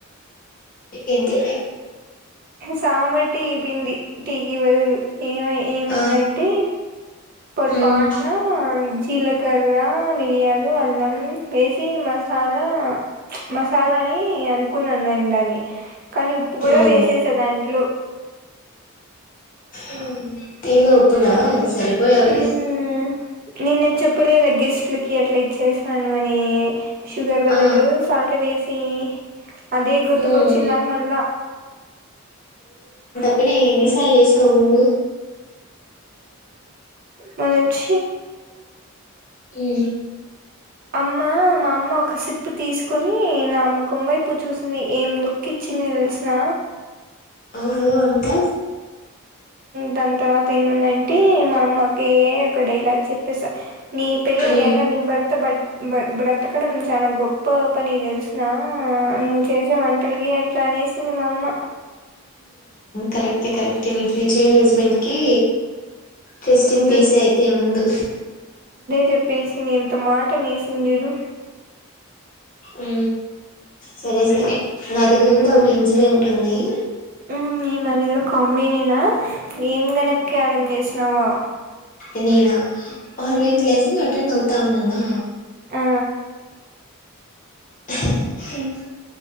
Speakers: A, on the left; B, on the right.
A: ఏది
B: సామటి ప్పింది టీకిీ బదులు ఏమ ఏమైందంటే
A: ఆ
B: పొరపాటన
A: మ్మ్
B: జీలకర్ర మిరియాలు అల్లం వేసి మసాలా మసాలాని అను కున్నంటన్ని కానీ ఉప్పు కూడా
A: ఓ
B: వేస్ట్ చేసా దాంట్లో
A: అ తంద ఒప్పునా
B: మ్మ్
A: సరిపో ఎవలే
B: మ్మ్ నిన్న చెప్పలేద గెస్ట్లకి అట్లా ఇచ్చేసినను అని షుగర్ బదులు
A: ఆ
B: సాల్ట్ వేస్ ఫ అది గుర్తుకొచ్చిందాక
A: ఉమ్
B: మళ్ళా
A: ఇ ఎన్ని సర్లుచేస్తావు నువు
B: మనచ్చ
A: ఏ
B: అమ్మ మా అమ్మ ఒక సిప్ తీసుకుొని నామ్ ముఖం వైపు చూసింది ఏం లుక్ ఇచ్చింది తెలిసిన
A: ఓహో అంకల్
B: దాని తర్వాత ఏముందంటే మా అమ్మక ఒక డైలాగ్ చెప్పేస నీ పిల్
A: ఉమ్
B: ఎగ నింబర్ బట్ బ బ్రతకడం చాలా గొప్ప పని తెలుసు నా నువ్వు చేసే వంటలకి పట్లా అనేసిన మామ
A: కరెక్టే కరెక్టే నీ ఫ్యూచర్ హస్బెండ్కిి టెస్టింగ్
B: ట్రిప్
A: పీస్ అయితే ముందు
B: జెప్పేసి ఎంత మాట అనేసింది జూడు
A: ఉ సరే సరే నా దగ్గర గుడా ఒగ ఇన్సిడెంట్ ఉంది
B: ఊ ఈమది గుడా కామెడీ నేనా ఏమ్ గనక్యారం చేసినావొ
A: ఏ నినా ఆన్లైన్
B: ఉమ్
A: క్లాస్ కి అటెండ్ అవు తా ఉన్నానా
B: ఆ
A: అ